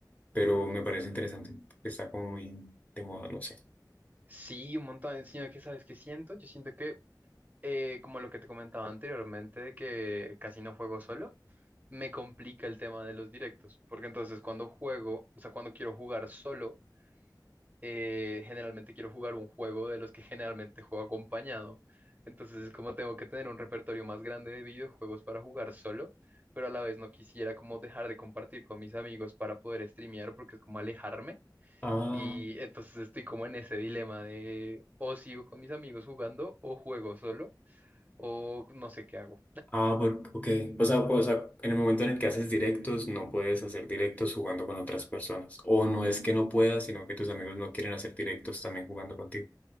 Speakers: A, on the left (about 20°); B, on the right (about 20°).
A: pero me parece interesante, porque está como muy de moda, no sé.
B: Sí, un montón, sino que sabes qué siento, yo siento que eh, como lo que te comentaba anteriormente de que casi no juego solo, me complica el tema de los directos, porque entonces cuando juego, o sea, cuando quiero jugar solo, eh, generalmente quiero jugar un juego de los que <laughs> generalmente juego acompañado, entonces es como tengo que tener un repertorio más grande de videojuegos para jugar solo, pero a la vez no quisiera como dejar de compartir con mis amigos para poder streamear, porque es como alejarme.
A: Ah.
B: Y entonces estoy como en ese dilema de o sigo con mis amigos jugando o juego solo o no sé qué hago.
A: Ah, por- ok. O sea, pues, o sea, en el momento en el que haces directos, no puedes hacer directos jugando con otras personas. O no es que no puedas, sino que tus amigos no quieren hacer directos también jugando contigo.